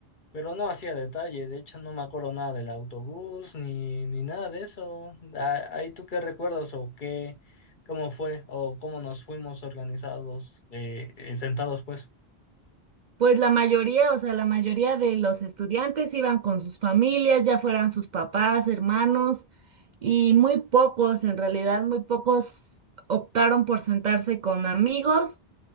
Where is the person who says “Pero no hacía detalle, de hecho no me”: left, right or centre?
Left